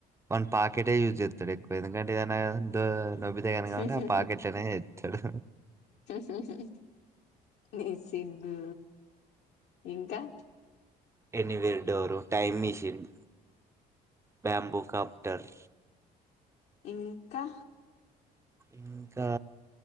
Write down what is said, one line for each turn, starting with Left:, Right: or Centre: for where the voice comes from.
Right: వన్ పా్యాకెటే యూజ్ చేస్తాడు ఎక్కువ ఎందుకంటే ఏదైనా నొబ్బితేగాని
Left: హాహా
Right: కాబట్టి ఆ పాకెట్లనే చేస్తాడు
Left: హాహా నీ సిగ్గు ఇంకా
Right: anywhere door time machine bamboo copter
Left: ఇంకా
Right: ఇంకా